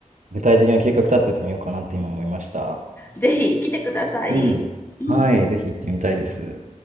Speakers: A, on the right; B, on the left.
A: 具体的な計画立ててみようかなって今思いました。
B: ぜひ来てください。
A: うん。
B: うん。
A: はい。ぜひ行ってみたいです。